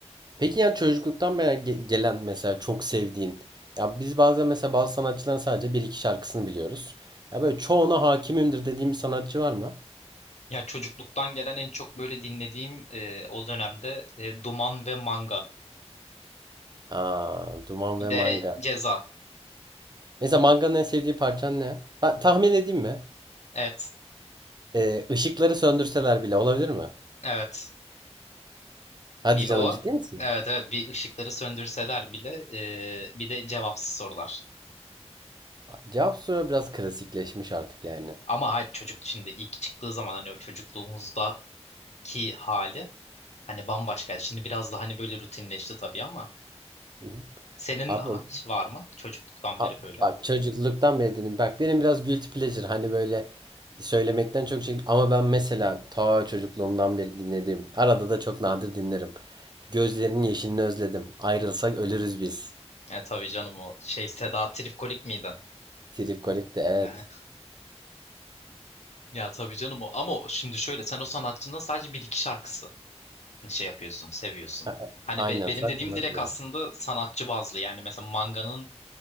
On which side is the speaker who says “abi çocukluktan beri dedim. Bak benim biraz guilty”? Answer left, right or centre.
Right